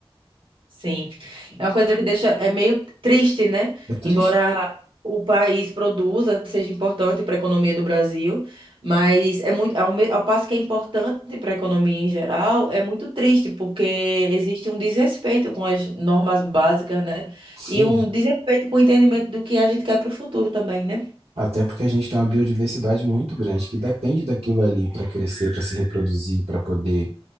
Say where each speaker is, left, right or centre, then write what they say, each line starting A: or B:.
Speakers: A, on the right; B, on the right.
A: Sim. É uma coisa que deixa é meio triste, né?
B: É triste,
A: Embora o país produza, seja importante para a economia do Brasil, mas é muito ao, me- ao passo que é importante para a economia em geral, é muito triste porque existe um desrespeito com as normas básicas, né?
B: sim.
A: E um desrespeito com o entendimento do que a gente quer para o futuro também, né?
B: Até porque a gente tem uma biodiversidade muito grande que depende daquilo ali para crescer, para se reproduzir, para poder,